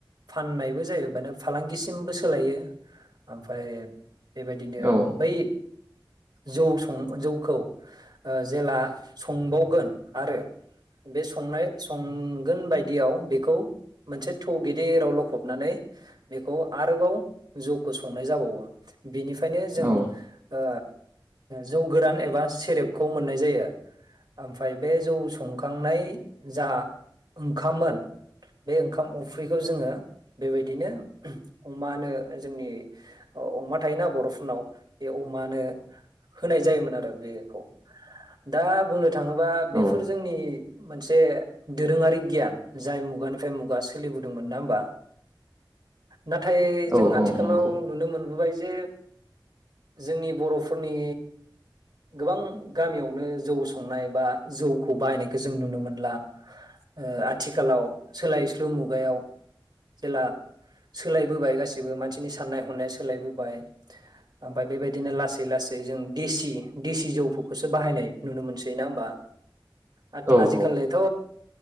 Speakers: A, on the right; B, on the right.
A: फाननायबो जायो माने फालांगिसिमबो सोलायो ओमफ्राय बेबायदिनो
B: औ
A: बै जौ सं जौखौ अ जेला संबावगोन आरो बे संनाय सं- गोन बायदियाव बेखौ मोनसे थौ गेदिराव लखबनानै बेखौ आरोबाव जौखौ संनाय जाबावो बेनिफ्रायनो जों
B: औ
A: अ जौ गोरान एबा सेरेबखौ मोननाय जायो ओमफ्राय बे जौ संखांनाय जा ओंखाममोन बे ओंखाम अफ्रिखौ जोङो बेबायदिनो अमानो जोंनि अ-अमा थायोना बर'फोरनाव बे अमानो होनाय जायोमोन आरो बेखौ। दा बुंनो थाङोबा बेफोर
B: औ
A: जोंनि मोनसे दोरोङारि गियान जाय मुगानिफ्राय मुगा सोलिबोदोंमोन। नङा होमबा? नाथाय जों
B: औ
A: आथिखालाव
B: औ नंगौ
A: नुनो मोनबोबाय जे जोंनि बर'फोरनि गोबां गामियावनो जौ संनाय बा जौखौ बाहायनायखौ जों नुनो मोनला ओ आथिखालाव सोलायस्लु मुगायाव जेला सोलायबोबाय गासिबो मानसिनि साननाय हनाया सोलायबोबाय ओम- फ्राय बेबायदिनो लासै-लासै जों देसि-देसि जौफोरखौसो बाहायनाय नुनो मोनसै। ना होमबा? आथ-आजिखालिथ'
B: औ औ